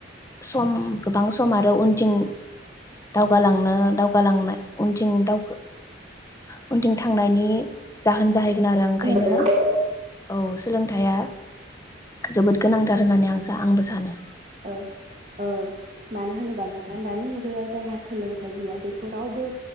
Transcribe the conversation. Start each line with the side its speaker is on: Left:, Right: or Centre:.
Left: सम गोबां सम आरो उनथिं दावगालांनो दावगालांनाय उनथिं दाव ओ उनथिं थांनायनि जाहोन जाहै आरो ओंखायनो
Right: खोनायाखै
Left: औ सोलोंथाइया जोबोद गोनांथार होननानै आं आंबो सानो ।
Right: औ ओ मानो होनोबा नोंथां दानि मुगायाव जायहा सोलोंथाइ गैया बेखौ रावबो